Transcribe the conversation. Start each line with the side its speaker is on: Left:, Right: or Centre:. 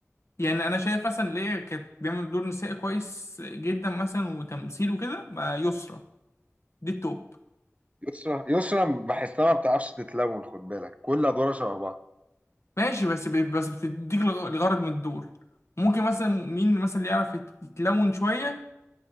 Left: يعني انا شايف مثلا ليه كانت بيعمل دور نسائي كويس جدا مثلا وتمثيل وكده مع يسرا دي التوب
Right: يسرا يسرا بحسها ما بتعرفش تتلون خد بالك كل أدوارها شبه بعض
Left: ماشي بس ب- بس بتديك الغ- الغرض من الدور ممكن مثلا مين مثلا اللي يعرف يت- يتلون شويه